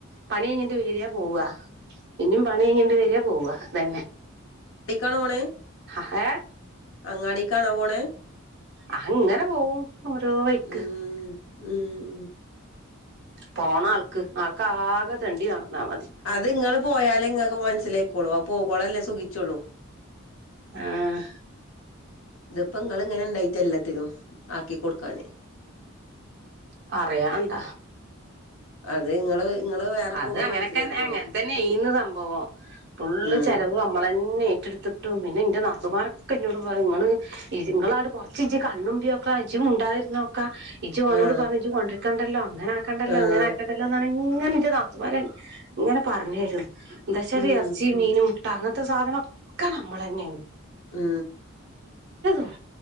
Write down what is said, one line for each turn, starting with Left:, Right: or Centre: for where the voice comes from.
Right: പണി കയ്ഞ്ഞിട്ട് വരാ പോവാ ഇഞ്ഞും പണി കയിഞ്ഞിണ്ട് വരാ പോവ അതന്നെ
Left: ടിക്കണോണ്
Right: ഏ
Left: അങ്ങാടീകാണോ പോണ്
Right: അഹ് ഇങ്ങനെ പോവും ഓരോ വൈക്ക്
Left: ഉം ഉം
Right: പോണ ആൾക്ക് ആൾക്കാകെ തെണ്ടി നടന്നാ മതി
Left: അത്ങ്ങള് പോയാലേ ഇങ്ങക്ക് മൻ സിലായ്ക്കോളൂ ആ പോകോളല്ലേ സുഖിച്ചൊള്ളൂ
Right: ആഹ്
Left: ഇത്പ്പങ്ങള് ങ്ങനെ ഇണ്ടായിട്ട എല്ലത്തിതും ആക്കി കൊടുക്കാന്
Right: പറയാണ്ട
Left: അതെ ഇങ്ങള് ഇങ്ങള് വേറെ
Right: അത്
Left: പോകുമ്പോ
Right: അങ്ങനെക്കൻ
Left: മനസ്സിലായിക്കോളും
Right: അങ്ങനെ തന്നേന്ന് സംഭവം ഫുള്ള്
Left: ഉം
Right: ചെലവ് അമ്മളന്നെ ഏറ്റെട്ത്ത്ട്ടും പിന്നെ ഇന്റെ നാ ത്തൂമാരൊക്കെ ഇന്നോട് പറിം ഇങ്ങള് ഇങ്ങളങ്ങട്ട് കൊറച്ച് ഇജ്ജ് കണ്ണ്മ്പ്യോക്ക ഇജ്ജ് മുണ്ടായിരുന്നോക്കാ ഇജ്ജ് ഓനോട്
Left: ആഹ്
Right: പറഞ്ഞ് ഇജ്ജ് കൊണ്ടിരിക്കണ്ടല്ലോ അങ്ങനാക്കണ്ടല്ലോ
Left: ആഹ്
Right: ഇങ്ങനാക്കണ്ടല്ലോന്നാണ് ഇങ്ങനെ ഇൻ്റെ നാത്തൂന്മാരെയ് ഇങ്ങനെ പറഞ്ഞെ രും ദശ <unintelligible>
Left: ഉം
Right: എറച്ചിം മീനും ട്ട അങ്ങൻത്ത സാധനം ഒക്കെ നമ്മളന്നേണ്
Left: മ്
Right: <unintelligible>